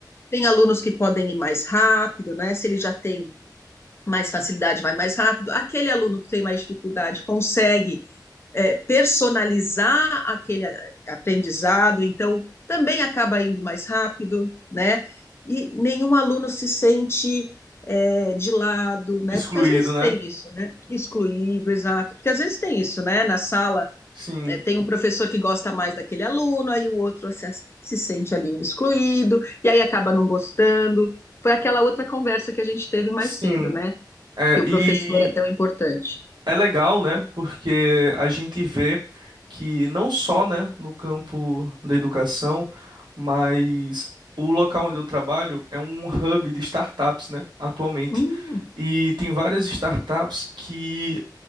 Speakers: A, on the left (about 35°); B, on the right (about 80°).
A: tem alunos que podem ir mais rápido, né? Se ele já tem mais facilidade, vai mais rápido. Aquele aluno que tem mais dificuldade consegue é, personalizar aquele aprendizado, então também acaba indo mais rápido, né? E nenhum aluno se sente é, de lado, né?
B: Excluído,
A: Porque às vezes
B: né?
A: tem isso, né? Excluído, exato. Porque às vezes tem isso, né? Na sala
B: Sim.
A: é, tem um professor que gosta mais daquele aluno, aí o outro se, se sente ali um excluído, e aí acaba não gostando. Foi aquela outra conversa que a gente teve mais
B: Sim.
A: cedo, né?
B: É,
A: E o
B: e
A: professor é tão importante.
B: é legal, né? Porque a gente vê que não só, né, no campo da educação, mas o local onde eu trabalho é um hub de startups, né, atualmente.
A: Hum,
B: E tem várias startups que